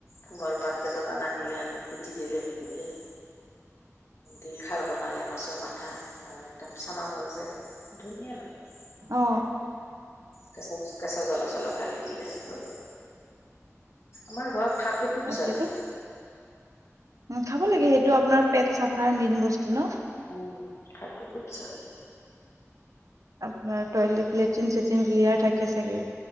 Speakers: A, on the left (about 60°); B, on the right (about 85°).
A: কোমল পাত কেইটামান আনিলে আনি কুটি দিলে সেনেকে দি খাৰ বনালে মাছৰ মাথা বা একদম চানা মাছ যে ধুনীয়া লাগে।
B: অ
A: কেচ কেঁচৰ জলপ চলপ ফালি দিলে হৈ গল আমাৰ ঘৰত খাৰটো খুব
B: তাকেইতো
A: চলে।
B: খাব লাগে সেইটো আপোনাৰ পেট চাফাৰ মেইন বস্তু ন।
A: উম সাৰটো খুব চলে।
B: আপোনাৰ টয়লেট লেট্ৰিন চেট্ৰিন ক্লিয়াৰ থাকে চাগে।